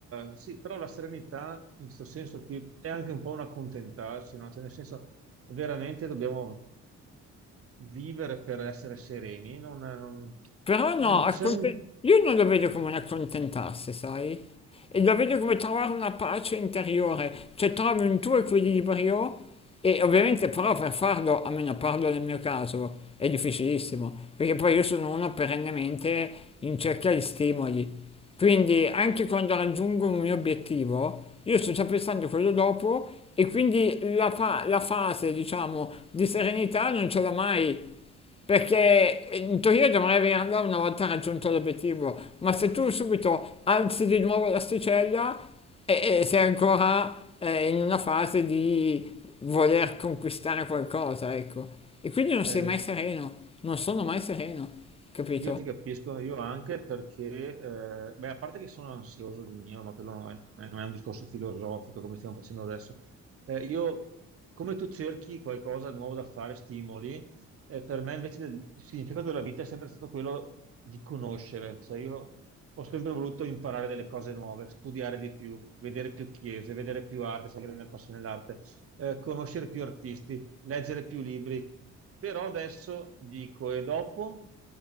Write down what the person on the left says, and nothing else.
Però no,
acconte-
io non lo vedo come un accontentarsi, sai? E lo vedo come trovare una pace interiore, cioè trovi un tuo equilibrio e ovviamente però per farlo, almeno parlo nel mio caso, è difficilissimo, perché poi io sono uno perennemente in cerca di stimoli. Quindi anche quando raggiungo un mio obiettivo, io sto già pensando a quello dopo e quindi la, fa- la fase, diciamo, di serenità non ce l'ho mai. Perché eh, in teoria dovrei averla una volta raggiunto l'obiettivo, ma se tu subito alzi di nuovo l'asticella e, e sei ancora eh, in una fase di voler conquistare qualcosa, ecco. E quindi non sei
mai sereno, non sono mai sereno, capito?